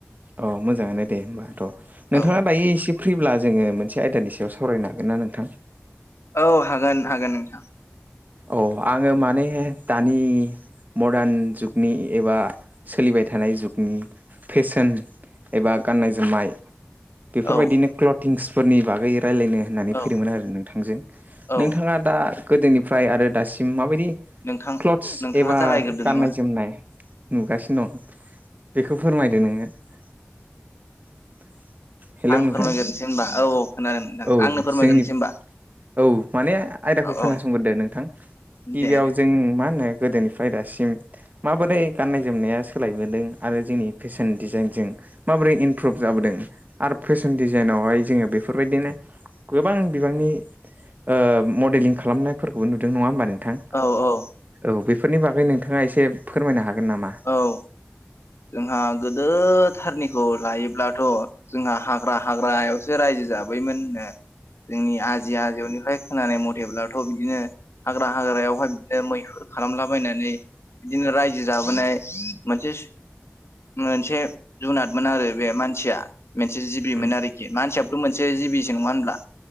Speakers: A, on the right; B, on the left.
A: अ मोजाङानो दे होमबाथ' नोंथाङा
B: औ
A: दायो एसे फ्रिब्ला जोङो मोनसे आयदानि सायाव सावरायनो हागोन ना नोंथां
B: औ हागोन हागोन नोंथां
A: अ आङो माने दानि मडार्न जुगनि एबा सोलिबाय थानाय जुगनि फेशन एबा गाननाय जोमनाय बेफोरबायदिनो
B: औ
A: क्लटिंसफोरनि बागै राय्लायनो होननानै
B: औ
A: फैदोंमोन आरो नोंथांजों
B: औ
A: नोंथाङा दा गोदोनिफ्राय आरो दासिम माबायदि
B: नोंथां
A: क्लथस
B: नोंथाङा
A: एबा
B: जागायग्रोदो
A: गाननाय
B: नामा
A: जोमनाय नुगासिनो दं बेखौ फोरमायदो नोङो <inaudible>
B: आं
A: नोंथां
B: फोरमायगोरनोसै होनबा औ औ खोनादों नोंथां
A: औ
B: आंनो फोरमायगोरनोसै
A: जोंनि
B: होनबा
A: औ माने आयदाखौ
B: औ
A: खोनासंग्रोदो
B: औ
A: नोंथां गिबियाव
B: दे दे
A: जों जों मा होनो गोदोनिफ्राय दासिम माबोरै गाननाय जोमनाया सोलायबोदों आरो जोंनि फेशन डिजाइनजों माबोरै इमप्रुभ जाबोदों आरो फेशन डिजाइनावहाय जोङो बेफोरबायदिनो गोबां बिबांनि ओ मडेलिं खालामनायफोरखौबो नुदों नङा होमबा नोंथां
B: औ औ
A: औ बेफोरनि बागै नोंथाङा एसे फोरमायनो हागोन नामा
B: औ जोंहा गोदो थारनिखौ लायोब्लाथ' जोंहा हाग्रा हाग्रायावसो रायजो जाबोयोमोन <unintelligible> जोंनि आजै आजौनिफ्राय खोनानाय मथेब्लाथ' बिदिनो हाग्रा हाग्रायावहाय बिदिनो मैहुर खालामलाबायनानै बिदिनो रायजो जाबोनाय मोनसे मोनसे जुनादमोन आरो बे मानसिया मोनसे जिबिमोन
A: उम
B: आरोखि मानसिया बो मोनसे जिबिजों नङा होनब्ला